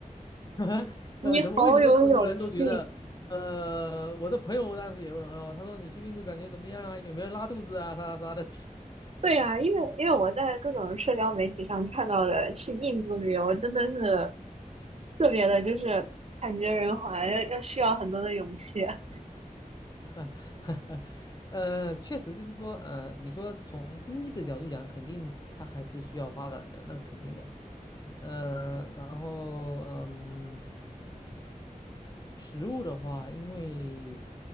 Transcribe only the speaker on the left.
<laughs>
呃，怎么为什么这么多人都觉得？呃，我的朋友当时也问哦，他说你去印度感觉怎么样啊？有没有拉肚子啊？啥啥的。
<laughs> 呃，确实就是说，呃，你说从经济的角度讲，肯定它还是需要发展的，那是肯定的。呃，然后嗯。食物的话，因为